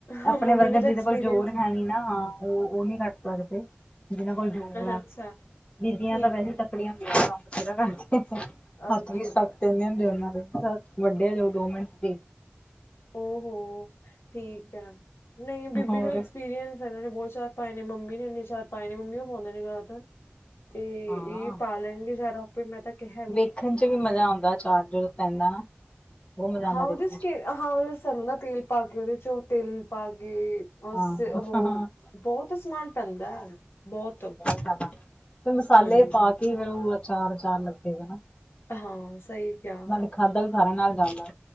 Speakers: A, on the left; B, on the left.
A: ਹਾਂ
B: ਆਪਣੇ
A: ਮੰਮੀ
B: ਵਰਗੇ
A: ਨੂੰ ਤਾਂ
B: ਜਿਹਦੇ
A: ਐਕਸਪੀਰੀਅੰਸ
B: ਕੋਲ ਜ਼ੋਰ ਹੈ ਨੀ ਨਾ ਉਹ ਉਹ ਨਹੀਂ ਘੱਟ ਸਕਦੇ। ਜਿਹਨਾਂ ਕੋਲ ਜੂਗਾ
A: ਅੱਛਾ
B: ਬੀਦੀਆਂ
A: ਠੀਕ
B: ਤਾਂ ਵਹਦੀ
A: ਹੈ
B: ਤੱਕ ਲੜ <unintelligible> ਦੇ ਕੰਮ ਵਥੇਰਾ ਕਰਦੇ
A: ਅੱਛਾ
B: ਹੱਥ ਵੀ ਸਖ਼ਤ
A: ਅੱਛਾ
B: ਏ। <unintelligible> ਵੱਡਿਆ ਜਾਓ ਦੋ ਮਿੰਟ ਤੇ
A: ਹੋ ਹੋ ਠੀਕ ਆ! ਨਹੀਂ ਬੀਬੀ
B: ਹੋਰ
A: ਨੂੰ ਐਕਸਪੀਰੀਅੰ ਫ ਇਹਨਾਂ ਨੇ ਬਹੁਤ ਚਾਰ ਪਾਏ ਨੇ ਮੰਮੀ ਨੇ ਇਨੇ ਚਾਰ ਪਾਏ ਨੇ ਮੰਮੀ ਉਹ ਪਾਉਂਦੇ ਨੇ ਜਿਆਦਾਤਰ। ਏ
B: ਹਾਂ।
A: ਇਹ ਪਾ ਲੈਣਗੇ ਅਚਾਰ ਆਪੇ। ਮੈਂ ਤਾਂ ਕਿਹਾਂ।
B: ਵੇਖਣ ਚ ਵੀ ਮਜ਼ਾ ਆਉਂਦਾ ਅਚਾਰ ਜਦੋਂ ਪੈਂਦਾ ਨਾ। ਬਹੁਤ ਮਜ਼ਾ ਆਉਂਦਾ
A: ਹਾਂ
B: ਦੇਖਣ
A: ਉਹਦੇ ਚ ਹਾਂ ਉਹ ਸਰੋਂ ਦਾ ਤੇਲ ਪਾ ਕੇ ਉਹਦੇ ਚ ਉਹ ਤੇਲ ਪਾ ਕੇ <inaudible>
B: ਹਾਂ ਬਹੁਤ
A: ਉਹ ਬਹੁਤ ਸਮਾਨ ਪੈਂਦੇ ਬਹੁਤ।
B: ਜ਼ਿਆਦਾ। ਫਿਰ ਮਸਾਲੇ
A: ਹੂੰ
B: ਪਾ ਕੇ ਫੇਰ ਉਹ ਅਚਾਰਚਾਰ ਲੱਗੇਗਾ ਨਾ।
A: ਹਾਂ ਸਹੀ ਕਿਆ।
B: ਤੇ ਖਾਂਦਾ ਵੀ ਸਾਰਿਆਂ ਨਾਲ਼ ਜਾਂਦਾ।